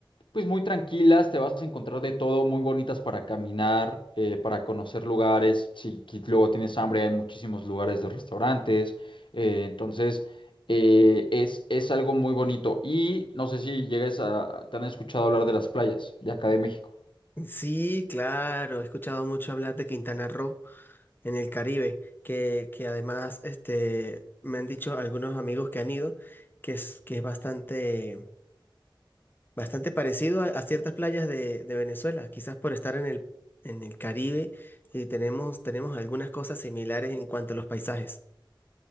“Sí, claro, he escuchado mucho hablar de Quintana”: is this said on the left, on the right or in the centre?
Left